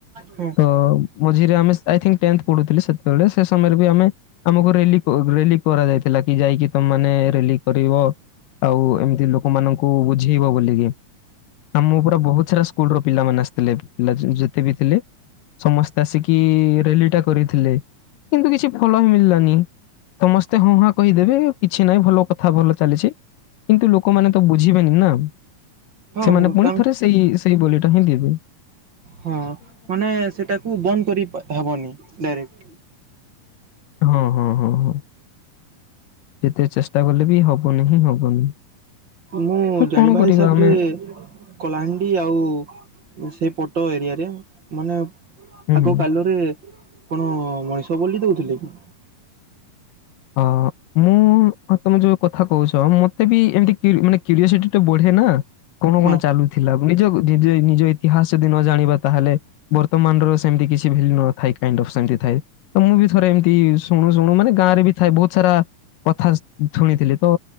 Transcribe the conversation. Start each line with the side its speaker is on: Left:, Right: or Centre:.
Right: ହଁ
Left: ତ ମଝିରେ ଆମେଇ ଅଇ ଥିଙ୍କ ଟେଁଥ ପଢୁଥିଲଥିଲେ ସେତେବେଳେ ସେ ସମୟରେ ବି ଆମେ ଆମକୁ ରେଲି ରେଲି କରାଯା ଯାଇଥିଲା କି ଯାଇକି ତମେ ମାନେ ରେଲି କରିବ ଆଉ ଏମିତି ଲୋକମାନଙ୍କୁ ବୁଝେଇବ ବୋଲିକି ଆ ମୋ ପୁରା ବୋହୁତ ସାରା ସ୍କୁଲ ର ପିଲାମାନୋନ ଆସିଥିଲେ ପିଲା ଯେତେ ବି ଥିଲେ। ସମସ୍ତେ ଆସିକି ରେଲି ଟା କରିଥିଲେ କିନ୍ତୁ କିଛି ଫଳ ହିଁ ମିଳିଲାନି। ତମସ୍ତେ ହଁ ହାଁ କହିଦେବେ କିଛି ନହିଁ ଭଲ କଥା ଭଲ ଚାଲିଛି କିନ୍ତୁ ଲୋକମାନେ ତ ବୁଝିବେନି ନା
Right: ହଁ
Left: ସେମାନେ
Right: ହଉ
Left: ପୁଣି
Right: ତାଙ୍କ
Left: ଥରେ
Right: -
Left: ସେଇ ସେଇ ବୋଲିଟା ହିନ୍ଦ ଦ
Right: ହଁ ମାନେ ସେଟାକୁ ବନ୍ଦ କରି ହେବନି ଡାଇରେକ୍ଟ
Left: ହଁ- ହଁ -ହଁ -ହଁ, ଯେତେ ଚେଷ୍ଟା କଲେ ବି ହବନି ହିଁ ହବନି।
Right: ମୁଁ
Left: ତ କଣ
Right: ଜାଣିବା
Left: କରିବା
Right: ହିସାବରରେ
Left: ଆମେ
Right: କଳାହାଣ୍ଡି ଆଉ ସେଇ ପଟ ଏରିଆରେ ମାନେ।
Left: ହୁଁ
Right: ଆଗ
Left: ହୁଁ
Right: କାଲରେ କଣ ମଣିଷ ବଳି ଦଉଥିଲେ କି?
Left: ହଁ, ମୁଁ ତମେ ଯୋଉ କଥା କହୁଛ। ମତେ ବି ଏମିତି କି କି୍ୟରିଓସିଟି ଟ ବଢେ ନା। କ କଣ
Right: ହଁ
Left: ଚାଲୁ- ଥିଲା ନିଜ -ନିଜ -ନିଜ ଇତିହାସ ଯଦି ନ ଜାଣିବା ତାହେଲେ ବର୍ତ୍ତମାନର ସେମିତି କିଛି ଭାଲ୍ୟୁ ନଥାଏ କାଇ ଅଫ୍ ସେମିତି ଥାଏ। ତ ମୁଁ ବି ଥରେ ଏମିତି ଶୁଣୁ ଶୁଣୁ ମାନେ ଗାଁରେ ବି ଥା ବୋହୁତ ସାରା କଥା ଶୁଣିଥିଲି ତ।